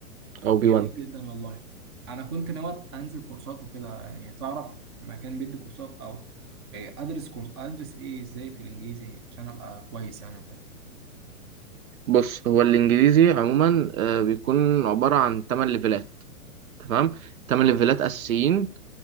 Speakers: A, on the right; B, on the right.
A: او بي
B: جميل
A: 1
B: جدا والله أنا كنت ناوي أنزل كورسات وكده يعني تعرف مكان بيدي كورسات أو آه، أدرس كورس أدرس إيه إزاي في الإنجليزي عشان أبقى كويس يعني وكده
A: بص هو الانجليزي عموما آه، بيكون عباره عن 8 ليفلات تمام 8 ليفلات اساسيين